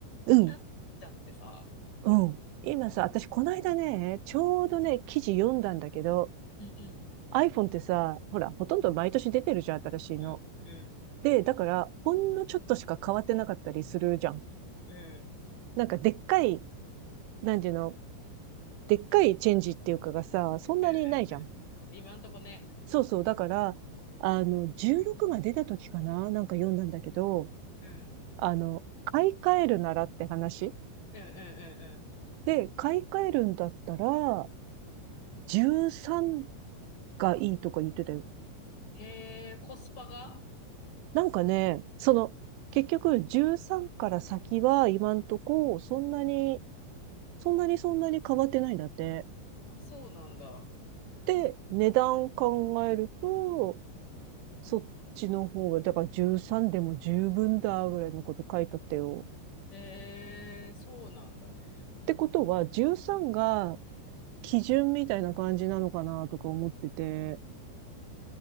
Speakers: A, on the right; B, on the left.
A: うん、
B: 経っちゃってさ。
A: うん。今さ、私この間ね、ちょうどね、記事読んだんだけど、
B: うん
A: iPhone ってさ、ほら、ほとんど毎年出てるじゃん、新しいの。
B: うん。うんうん
A: で、だから、ほんのちょっとしか変わってなかったりするじゃん。
B: うん。
A: なんかでっかい、なんていうの、でっかいチェンジっていうかがさ、そんなにないじゃん。
B: うん今んとこね。
A: そうそう。だから、あの、16が出た時かななんか読んだんだけど、
B: うん。
A: あの、買い替えるならって話。
B: うんうんうんうん。
A: で、買い替えるんだったら、13がいいとか言ってたよ。
B: へえ、コスパが
A: なんかね、その、結局13から先は今んとこ、そんなに、そんなにそんなに変わってないんだって。
B: あ、そうなんだ。
A: で、値段考えると、そっちの方が、だから13でも十分だぐらいのこと書いてあったよ。
B: へえ、そうなんだね。
A: ってことは、13が基準みたいな感じなのかなとか思ってて、